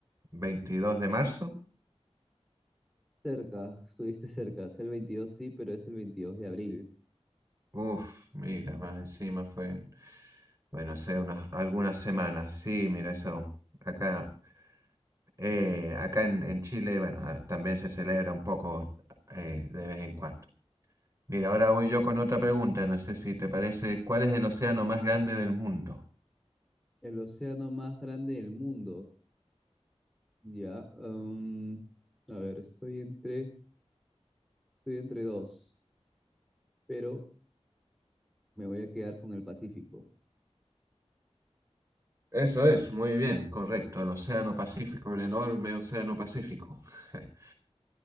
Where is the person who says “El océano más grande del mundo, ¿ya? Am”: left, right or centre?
Centre